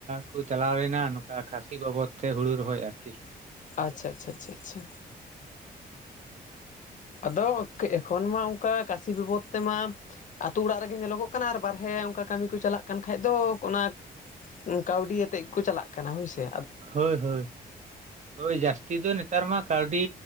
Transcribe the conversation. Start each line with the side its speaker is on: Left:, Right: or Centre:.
Right: ᱠᱚ ᱪᱟᱞᱟᱣ ᱞᱮᱱᱟ ᱱᱚᱝᱠᱟ ᱠᱷᱟᱹᱥᱤ ᱵᱟᱵᱚᱫᱽ ᱛᱮ ᱦᱩᱲᱩ ᱨᱚᱦᱚᱭ ᱟᱨᱠᱤ
Left: ᱟᱪᱪᱷᱟ ᱟᱪᱪᱷᱟ ᱪᱷᱟ ᱪᱷᱟ ᱪᱷᱟ ᱟᱫᱚ ᱮᱠᱷᱚᱱ ᱢᱟ ᱚᱱᱠᱟ ᱠᱟᱥᱤ ᱵᱤᱯᱚᱫ ᱛᱮᱢᱟ ᱟᱹᱛᱩ-ᱚᱲᱟᱜ ᱨᱮᱜᱮ ᱧᱮᱞᱚᱜᱚᱜ ᱠᱟᱱᱟ ᱟᱨ ᱵᱟᱨᱦᱮ ᱚᱱᱠᱟ ᱠᱟᱹᱢᱤ ᱠᱚ ᱪᱟᱞᱟᱜ ᱠᱟᱱ ᱠᱷᱟᱡ ᱫᱚ ᱚᱱᱟ ᱠᱟᱹᱣᱰᱤ ᱟᱛᱮᱫ ᱜᱮ ᱠᱚ ᱪᱟᱞᱟᱜ ᱠᱟᱱᱟ ᱦᱳᱭ ᱥᱮ
Right: ᱦᱳᱭ ᱦᱳᱭ ᱦᱳᱭ ᱡᱟᱹᱥᱛᱤ ᱫᱚ ᱱᱮᱛᱟᱨ ᱢᱟ ᱠᱟᱹᱣᱰᱤ